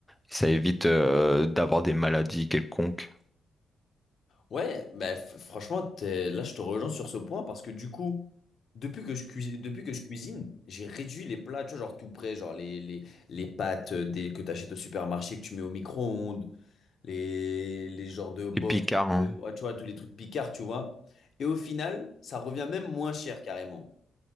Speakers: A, in the centre; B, on the left (about 60°).
A: Ça évite euh, d'avoir des maladies quelconques.
B: Ouais, bah, f- franchement, t'es- là, je te rejoins sur ce point parce que du coup, depuis que je, cuisine depuis que je cuisine, j'ai réduit les plats, tu vois, genre tout prêt, genre les, les, les pâtes euh, des, que tu achètes au supermarché, que tu mets au micro-ondes, les, les genres de box,
A: Et picard, hein.
B: euh, ouais, tu vois, tous les trucs picards, tu vois. Et au final, ça revient même moins cher carrément.